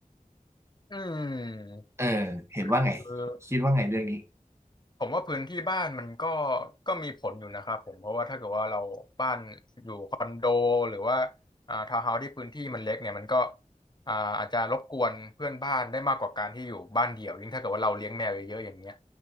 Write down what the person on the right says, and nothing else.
ๆเออเห็นว่าไง
คิดว่าไงเรื่องนี้